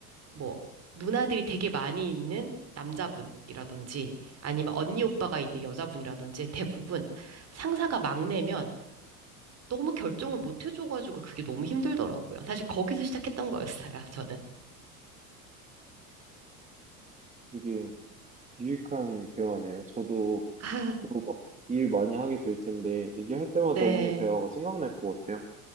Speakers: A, on the right (about 35°); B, on the right (about 15°).
A: 뭐, 누나들이 되게 많이 있는 남자분이라든지, 아니면 언니 오빠가 있는 여자분이라든지, 대부분 상사가 막내면 너무 결정을 못 해줘가지고 그게 너무 힘들더라고요. 사실 거기서 시작했던 거였어요, 저는.
B: 되게 유익한 대화네요. 저도
A: 아,
B: 앞으로 막 일 많이 하게 될 텐데 얘기할 때마다
A: 네.
B: 오늘 대화가 생각날 것 같아요.